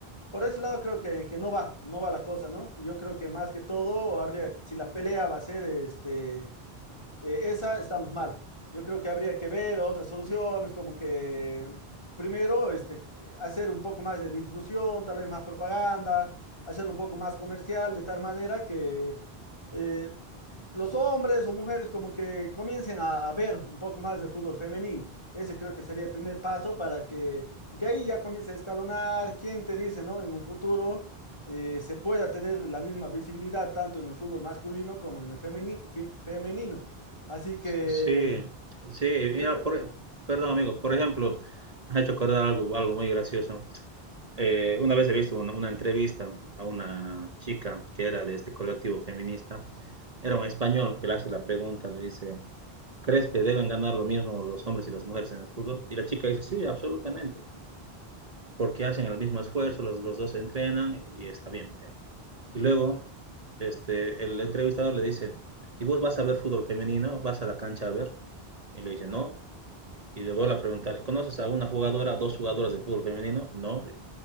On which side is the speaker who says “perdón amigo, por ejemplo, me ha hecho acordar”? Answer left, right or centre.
Right